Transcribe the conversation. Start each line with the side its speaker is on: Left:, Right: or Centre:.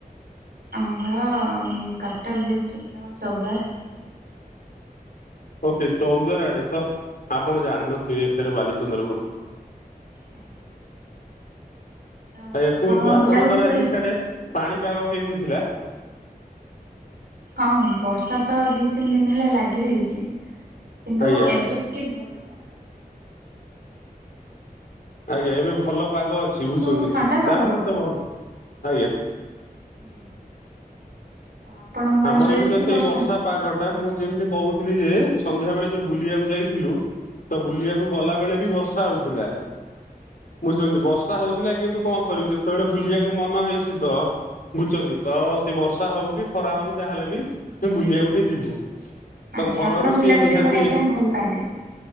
Right: ଆମ ଘର କଟକ ଡିଷ୍ଟ୍ରିକ୍ଟର ଚୌଦାର।
Left: ଓକେ ଚଉଦାର ଆଡେ ତ ଆପଣ ଜାଣିନଥିବେ ଏଥିରେ ବାଲିଚନ୍ଦ୍ରପୁରୁ।
Right: <inaudible> ତ
Left: ଆଜ୍ଞା
Right: ଆପଣ
Left: କୁହନ୍ତୁ ଆପଣଙ୍କର
Right: ବୁଲାବୁଲି କରିବା
Left: ଆଜି ସିଆଡେ
Right: ପାଇଁ
Left: ପାଣିପାଗ କେମିତି ଥିଲା?
Right: ହଁ ବର୍ଷା ତ ଦିଇ ତିନି ଦିନି ହେଲା ଲାଗି ରହିଛି। କିନ୍ତୁ
Left: ଆଜ୍ଞା
Right: ଏବେ ଟିକେ ଭଲ ପାଗ ଆ ଛି।
Left: ଆଜ୍ଞା ଏବେ ଭଲ ପାଗ ଅଛି
Right: କିନ୍ତୁ
Left: ବୁଝୁଛନ୍ତି
Right: ଥଣ୍ଡା ପାଗ
Left: ତାହେଲେ ତ ଭଲ, ଆଜ୍ଞା।
Right: ହୁଁ, ଆପଣଙ୍କ
Left: ଆମର
Right: ଅଞ୍ଚଳରେ
Left: ତ
Right: ବି
Left: ସେଇ
Right: ବର୍ଷା
Left: ପାଗ ଟା, ମୁଁ ଯେମିତି କହୁଥିଲି ଯେ, ସନ୍ଧ୍ୟା ବେଳେ ଯୋଉ ବୁଲିବାକୁ ଯାଇଥିଲୁ ତ ବୁଲିବାକୁ ଗଲା ବେଳେ ବି, ବର୍ଷା ହଉଥିଲା। ବୁଝୁଚନ୍ତି, ବର୍ଷା ହଉଥିଲା କିନ୍ତୁ କଣ କରିବୁ? ଯେତେବେଳେ ବୁଲିବାକୁ ମନ ହେଇଚି ତ ବୁଝୁଚନ୍ତି, ତ ସେ ବର୍ଷା ହଉ, କି ଖରା ହଉ, ଯାହାହେଲେ ବି, ବୁଲିବାକୁ ଟିକେ ଯିବୁ। ତ,
Right: ଆଚ୍ଛା
Left: ଘରରୁ
Right: ଆପଣ ବୁଲାବୁଲି
Left: ସିଏ ନିହାତି
Right: କରିବା ପାଇଁ ଭଲ ପାଆନ୍ତି